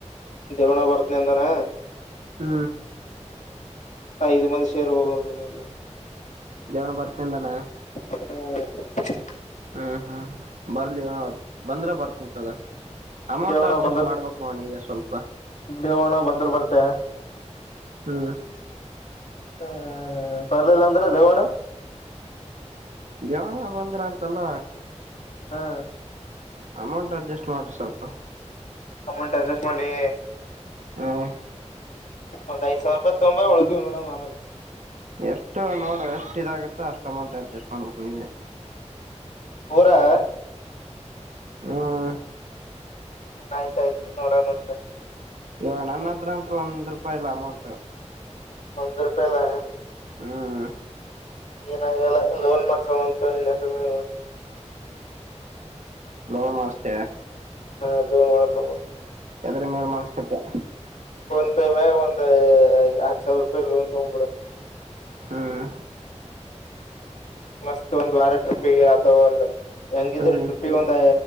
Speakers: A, on the left; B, on the right.
A: ದೇವಣ್ಣ ಬರ್ತ್ನ ಅಂದನ
B: ಹ್ಮ್
A: ಇದು ಮಂದಿ ಶೇರ್ ಹೋಗ ಅದಲ್ಲೆಯಲ್ಲಿ
B: ಜವನ ಬರ್ತೀಿಂದಾನ
A: ಹ್ಮ್
B: ಹ್ಮ್ ಹ್ಮ ಬರ್ಲಿ ಬಂದ್ರ ಬರ್ತನ್ ತಗ ಅಮೌಂಟ್
A: ದೇವಣ
B: ಅಡ್ಜಸ್ಟ್
A: ಬಂದರ್
B: ಮಾಡ್ಬೇಕು ನೋಡಿ ಈಗ ಸ್ವಲ್ಪ
A: ದೇವಣ ಬಂದ್ರ ಬರ್ತೆ
B: ಹ್ಮ
A: ಹ್ಮ್ ಬರ್ಲಿಲ್ಲ ಅಂದ್ರೆ ದೇವಣ
B: ಜವನ ಬಂದ್ರ ಅಂತಲ್ಲ
A: ಹಾ
B: ಅಮೌಂಟ್ ಅಡ್ಜಸ್ಟ್ ಮಾಡ್ರಿ ಸ್ವಲ್ಪ
A: ಅಮೌಂಟ್ ಅಡ್ಜಸ್ಟ್ ಮಾಡಲಿ
B: ಹ್ಮ್
A: ಒಂದ್ ಐದ ಸಾವಿರ ರತ್ ತೊಂಬ ಒಳಗಿವವ್ ನೋಡ ಆಮೇಲೆ
B: ಎಷ್ಟು ನೋಡು ಎಷ್ಟು ಇದಾಗುತ್ತೋ ಅಷ್ಟು ಅಮೌಂಟ್ ಅಡ್ಜಸ್ಟ್ ಮಾಡ್ಬೇಕು ನೀವೇ
A: ಹರಾ
B: ಹ್ಮ್
A: ಹ್ಮ್ ಆಯ್ತಾಯ್ತು ನೋಡೋಣಂತ
B: ಇಯ ನನ್ನದ್ರಂತ್ ಒಂದ್ ರೂಪಾಯಿ ಇಲ್ಲ ಅಮೌಂಟ್
A: ಒಂದ ರಪಾಯಲ್ಲ
B: ಹ್ಮ್
A: ಏನಾಗಲ್ಲ ಲೋನ್ ಮಾಡ್ಸಂತ ನಿನ್ ಹೆಸರು
B: ನ ಮಾರ್ಚ್
A: ಹಾ ದೋನ್ ಮಾಡಸ
B: ಎದರ ಮೇಲೆಮನಸತೆಪ್ಪ
A: ಮಗ ಒಂದು ಹತ್ತು ಸಾವಿರ ರೂಪಾಯಿ ಲೋನ್ ತೋಗ ಬಿಡ
B: ಹ್ಮ್
A: ಹ್ಮ ಮಸ್ತ್ ಒಂದು ವಾರ ಟ್ರಿಪ್ ಅಗ್ತಾ ಒಂದು ಹೆಂಗಿದ್ರ
B: ಹ್ಮ್
A: ಟ್ರಿಪ್ಪಿಗೆಗ ಒಂದ್